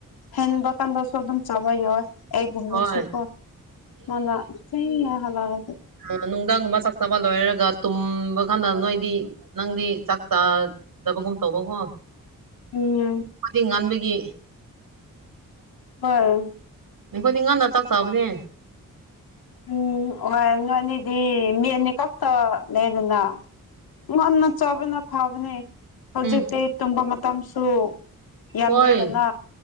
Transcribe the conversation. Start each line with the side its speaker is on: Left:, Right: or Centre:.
Left: ꯍꯦꯟꯕ ꯀꯥꯟꯗꯁꯨ ꯑꯗꯨꯝ ꯆꯥꯕ ꯌꯥꯎꯋꯦ ꯑꯩꯒꯨꯝꯕꯁꯨꯀꯣ
Right: ꯍꯣꯏ
Left: ꯃꯥꯅ ꯊꯦꯡꯅ ꯍꯜꯂꯛꯑꯁꯨ
Right: ꯑꯥ ꯅꯨꯡꯗꯥꯡꯒꯨꯝꯕ ꯆꯥꯛ ꯆꯥꯕ ꯂꯣꯏꯔꯒ ꯇꯨꯝꯕ ꯀꯥꯟꯗ ꯅꯣꯏꯗꯤ ꯅꯪꯗꯤ ꯆꯥꯛ ꯆꯥ ꯗꯕꯒꯨꯝ ꯇꯧꯕꯀꯣ
Left: ꯎꯝ
Right: ꯈꯣꯢꯗꯤ ꯉꯟꯕꯒꯤ
Left: <unintelligible>
Right: ꯑꯩꯈꯣꯏꯗꯤ ꯉꯟꯅ ꯆꯥꯛ ꯆꯥꯕꯅꯦ
Left: ꯎꯝ ꯑꯣꯢ ꯅꯣꯏ ꯑꯅꯤꯗꯤ ꯃꯤ ꯑꯅꯤ ꯈꯛꯇ ꯂꯩꯗꯅ ꯉꯟꯅ ꯆꯥꯕꯅ ꯐꯕꯅꯦ ꯍꯧꯖꯤꯛꯇꯤ
Right: ꯎꯝ
Left: ꯇꯨꯝꯕ ꯃ ꯇꯝꯁꯨ ꯌꯥꯝꯗꯦꯗꯅ
Right: ꯍꯣꯏ